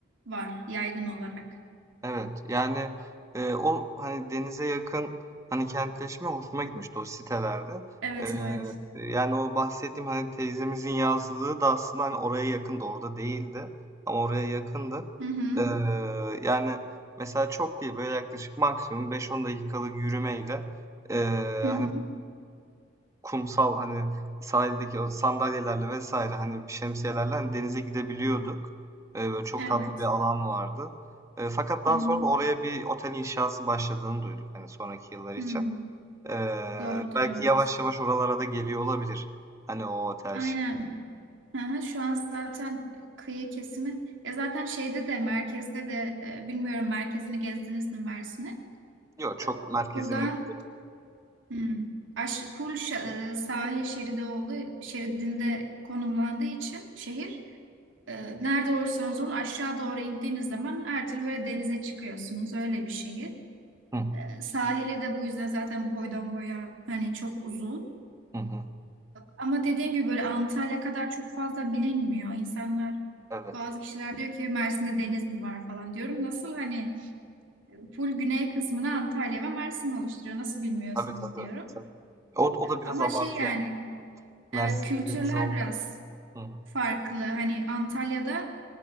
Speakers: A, on the right; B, on the right.
A: var yaygın olarak.
B: Evet yani e, o hani denize yakın hani kentleşme hoşuma gitmişti o sitelerde.
A: Evet
B: E,
A: evet.
B: yani o bahsettiğim hani teyzemizin yazlığı da aslında hani oraya yakındı orada değildi ama oraya yakındı.
A: Hı hı.
B: E, yani mesela çok değil böyle yaklaşık maksimum beş on dakikalık yürümeyle e,
A: Hı hı.
B: hani kumsal hani sahildeki o sandalyelerle vesaire hani şemsiyelerle hani denize gidebiliyorduk. Eee, böyle çok
A: Evet.
B: tatlı bir alan vardı. Eee, fakat daha
A: Hı hı.
B: sonra da oraya bir otel inşası başladığını duyduk hani sonraki yıllar için.
A: Hmm.
B: Eee,
A: Doğrudur
B: belki
A: evet.
B: yavaş yavaş oralara da geliyor olabilir. Hani o otel
A: Aynen.
B: şey.
A: Aha, şu an zaten kıyı kesimi. Ya zaten şeyde de merkezde de e, bilmiyorum merkezini gezdiniz mi Mersin'in?
B: Yok çok
A: E,
B: merkezine
A: buradan
B: gidiyor.
A: hmm, Aş şa- e, sahil şeridi olduğu şeridinde konumlandığı için şehir e, nerede olursanız olun aşağı doğru indiğiniz zaman her türlü böyle denize çıkıyorsunuz. Öyle bir şehir.
B: Hı hı,
A: E, sahili de bu yüzden zaten boydan boya hani çok uzun.
B: hı hı.
A: Ama dediğim gibi böyle Antalya kadar çok fazla bilinmiyor. İnsanlar
B: Evet.
A: bazı kişiler diyor ki Mersin'de deniz mi var falan diyorum. Nasıl hani full güney kısmını Antalya ve Mersin oluşturuyor. Nasıl bilmiyorsunuz
B: Tabii tabii.
A: diyorum.
B: tabii. O, o da biraz
A: Ama
B: abartı
A: şey yani
B: yani. Mersin'de
A: evet kültürler
B: deniz ol.
A: biraz
B: Hı hı,
A: farklı. Hani Antalya'da